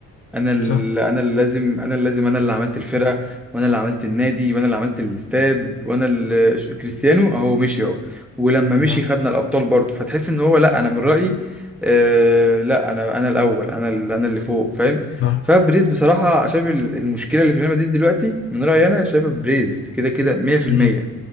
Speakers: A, in the centre; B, on the left.
A: انا ال...
B: صح
A: انا اللي لازم انا اللي لازم انا اللي عملت الفرقه وانا اللي عملت النادي وانا اللي عملت الاستاد وانا اللي ش- كريستيانو اهو مشي اهو ولما مشي
B: نعم
A: خدنا الابطال برضه فتحس ان هو لا انا من رايي آه لا انا انا الاول انا ال- انا اللي فوق فاهم
B: نعم
A: فبريز بصراحه شايف ال- المشكله اللي في ريال مدريد دلوقتي من رايي انا شايفها بريز كده كده 100%
B: امم